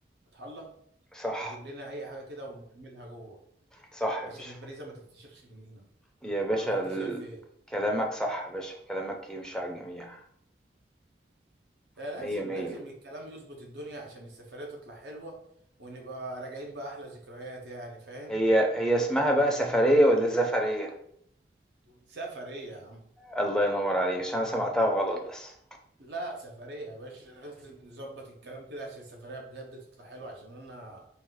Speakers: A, on the right (about 75°); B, in the centre.
A: فتح الله
B: صح
A: نجيب لنا اي حاجة كده ونعملها جوه
B: صح يا
A: عشان
B: باشا
A: البريزة ما تتفشخش مننا
B: يا باشا
A: ولا انت
B: ال-
A: شايف ايه
B: كلامك صح يا باشا كلامك يمشي على الجميع
A: ده لازم
B: مية مية
A: لازم الكلام يظبط الدنيا عشان السفرية تطلع حلوة ونبقى راجعين بأحلى ذكريات يعني فاهم
B: هي هي اسمها بقى سفرية ولا زفرية
A: سفرية يا عم
B: الله ينور عليك عشان انا سمعتها غلط بس
A: لا سفرية يا باشا لازم نظبط الكلام كده عشان السفرية بجد تطلع حلوة عشان انا